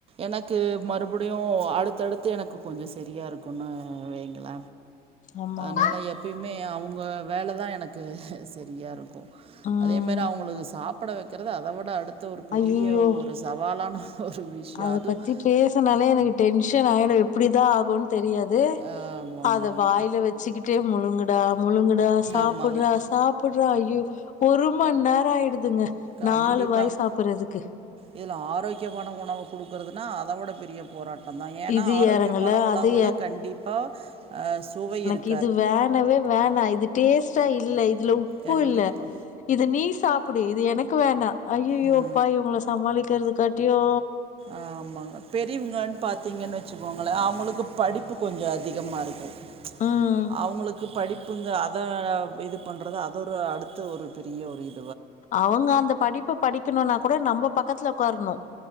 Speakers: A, on the right; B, on the left.
A: எனக்கு மறுபடியு அடுத்தடுத்து எனக்கு கொஞ்சோ செரியா இருக்கும்னு வேங்கள
B: ஆமா
A: அதனால
B: ஆமா
A: எப்பயுமே அவங்க வேலதான் எனக்கு சரியாருக்கும்
B: ம்
A: அதே ம அவ்ங்களுக்கு சாப்ட வைக்கறது அத விட அடுத்த ஒரு பெரிய
B: ஐயயோ
A: ஒரு சவாலான ஒரு விஷயம்
B: அத
A: அதுவும்
B: பத்தி பேசுனாலே எனகு டென்ஷன் ஆயிடும் எப்படிதான் ஆகும்னு தெரியாது
A: ஆமா, ஆமாங்க
B: அத வாயில வ ச்சிகிட்டே முழுங்குடா முழுங்குடா சாப்பட்றா
A: ஆமாங்க
B: சாப் ட்றா ஐயோ ஒரும நேரம் ஆயிடுதுங்க
A: கண்டிப்பாங்
B: நாலு வாய் சாப்புட்றதுக்கு
A: இதுல ஆரோக்கியமான உணவ குடுக்குறதுனா அதவிட பெரிய போராட்டம் தான் ஏன்னா
B: இது
A: ஆரோக்கியமான
B: எறங்கல
A: உணவுல
B: அது
A: கண்டிப்பா அ சுவை இருக்
B: கிது வேணவே வேணாம் இது டேஸ்ட்டா இல்ல இதுல உப்பு
A: கண்டிப்பா.
B: இல்ல இது நீ சாப் புடு இது எனக்கு வேண்டாம் ஐயய்யோ
A: ஆ.
B: ப்பா இவங்கள சமாளிக்கறதக் காட்டியு
A: ஆமாங்க பெரியவங்க பார்த்திங்கன் வச்சுக்கோங்கள அவங்களுக்கு படிப்பு கொஞ்சோ அதிகமாக இருக்கும்
B: ம்
A: அவங்களுக்கு படிப் புங்க அத இது பண்றது அது ஒரு அடுத்த ஒரு பெரிய ஒரு இ
B: அவங்க அந்த படிப்ப படிக்கணும்னா கூட நம்ம பக்கத்துல உட்காரணு